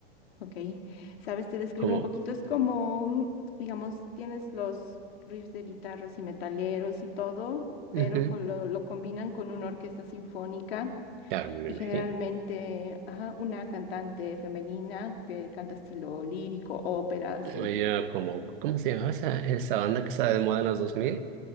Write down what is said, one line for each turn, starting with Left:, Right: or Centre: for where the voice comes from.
Left: Ok, sabes, te describo
Right: Como,
Left: un poquito, es como, mm, digamos, tienes los riffs de guitarras y metaleros y todo,
Right: ujú,
Left: pero con lo, lo combinan con una orquesta sinfónica
Right: Claro, me
Left: y
Right: imagino.
Left: generalmente, ajá, una cantante femenina que canta estilo lírico, ópera, así.
Right: Oye, como, ¿cómo se llamaba esa, esa banda que estaba de moda en los 2000?